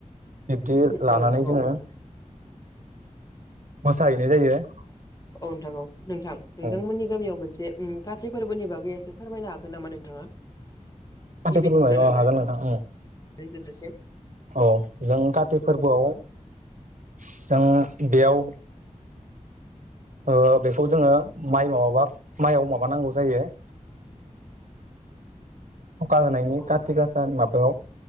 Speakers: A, on the right (about 75°); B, on the left (about 30°).
A: बिब्दि लानानै
B: औ नोंथां
A: जोङो
B: औ
A: मोसाहैनाय जायो।
B: औ नोंथां औ नोंथां नोंथांमोननि
A: औ
B: गामियाव मोनसे काति फोरबोनि बागै एसे फोरमायनो हागोन नामा नोंथाङा?
A: कातिफोरबो
B: गिबिनिफ्राय
A: अ
B: लानानै
A: हागोन नोंथां।
B: जोबजासिम
A: औ जों काति फोरबोआव जों बेयाव ओ बेखौ जोङो माइ माबाबा माइयाव माबानांगौ जायो। <inaudible> <unintelligible> होनायनि
B: औ
A: काति
B: औ
A: गासा माबायाव